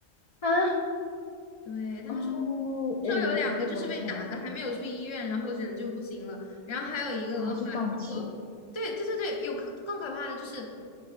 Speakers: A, on the left; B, on the left.
A: 啊，
B: 对，他们说。
A: 哦，
B: 说有两个就是被打了，
A: 哎呦，我的天呐，
B: 还没有去医院，然后人就不行了。然后还有一个的话，
A: 哦，就断气了，
B: 他说，对对对对，有可更可怕的就是，